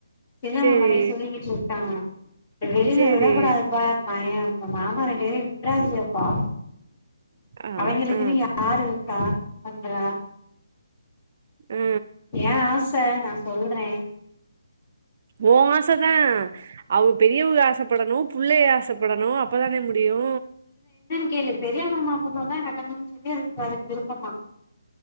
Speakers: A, on the left; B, on the right.
A: சின
B: சேரி
A: மாமாட்டையு சொல்லிக்கிட்டு இருங்கானா வெளியில
B: சேரி
A: விடக் கூடாதுப்பா பயம் உங்க மாமா ரெண்டு பேரையு விட்டுறாதிங்கப்பா
B: ஆ
A: அவேங்களுக்கு
B: ஆ
A: நீ யாரு பா பண்றா
B: ஆ
A: ஏ ஆச நா சொல்றே
B: ஓ ஆசதா அவ பெரியவக ஆசப்படணு புள்ளஹெ ஆசப்படணு அப்பதானே மு டியூ
A: கே பெரியா மாமா பொண்ணதா கட்டனுன் சொல்லி அதுக் இப்ப விருப்பமா